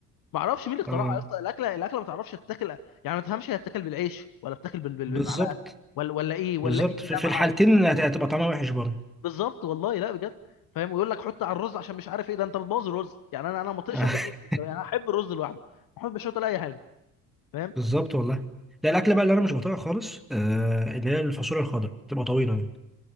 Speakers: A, on the left (about 45°); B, in the centre.
A: ما اعرفش مين اللي اخترعها
B: آه
A: يا اسطى الاكله الاكله ما تعرفش تتاكل يعني ما تفهمش هي تتاكل بالعيش ولا بتاكل بال- بال-
B: بالظبط
A: بالمعلقه ولا ولا ايه ولا
B: بالظبط
A: انت
B: في
A: دمعه
B: في الحالتين
A: ولا
B: هت- هتبقى طعمها وحش برضه
A: بالظبط والله لا بجد فاهم ويقول لك حط على الرز عشان مش عارف ايه ده انت بتبوظ الرز يعني انا انا ما اطيقش
B: <laughs>
A: اكل رز بالسبانخ. يعني انا احب الرز لوحده ما احبش احط عليه اي حاجه فاهم
B: بالظبط والله لا الأكلة بقى اللي أنا مش بطيقها خالص آه اللي هي الفاصوليا الخضراء بتبقى طويلة دي